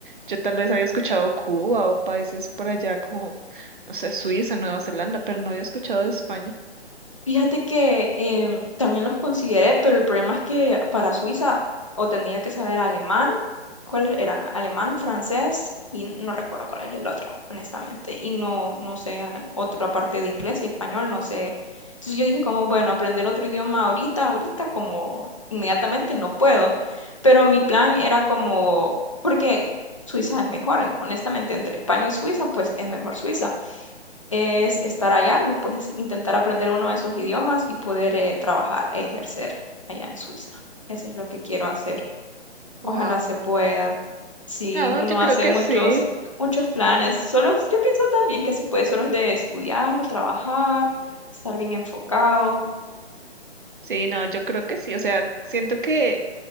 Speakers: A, on the right; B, on the left.
A: Yo tal vez había escuchado Cuba o países por allá como, no sé, Suiza, Nueva Zelanda, pero no había escuchado de España.
B: Fíjate que em, también los consideré, pero el problema es que para Suiza o tenía que saber alemán, ¿cuáles eran? Alemán, francés y no recuerdo cuál es el otro, honestamente. Y no, no sé a- otra parte de inglés y español, no sé. Entonces yo dije como, bueno, aprender otro idioma ahorita, ahorita, como inmediatamente no puedo. Pero mi plan era como, porque Suiza es mejor, honestamente, entre España y Suiza, pues es mejor Suiza es estar allá, después es intentar aprender uno de esos idiomas y poder eh, trabajar e ejercer allá en Suiza. Eso es lo que quiero hacer.
A: Wow.
B: Ojalá se pueda. Si
A: No,
B: uno
A: yo creo
B: hace
A: que
B: muchos,
A: sí.
B: muchos planes. Solo, yo pienso también que se puede solo de estudiar, trabajar, estar bien enfocado.
A: Sí, no, yo creo que sí. O sea, siento que